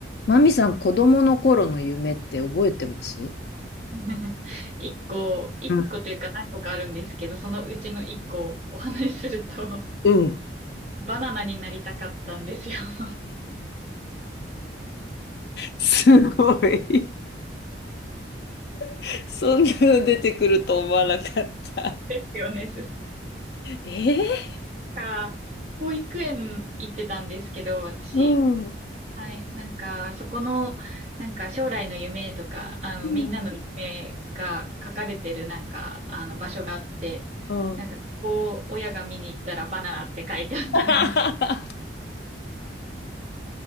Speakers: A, on the left; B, on the right.
A: マミさん、子供の頃の夢って覚えてます
B: <laughs> 一個、一個というか何個かあるんですけど、
A: うん、
B: そのうちの一個をお話しすると、
A: うん
B: バナナになりたかったんですよ。<laughs>
A: すごい。<laughs> そんなの出てくると思わなかった。
B: ですよね。す
A: え
B: か、保育園行ってたんですけど、私。
A: ー、うん。う
B: はい。なんか、そこの、なんか将来の夢とか、あの、
A: ん。
B: みんなの夢が書かれてるなんか、あの、場所があって、
A: うん
B: なんか、ここを親が見に行ったらバナナって書いてあったみたいで
A: <laughs>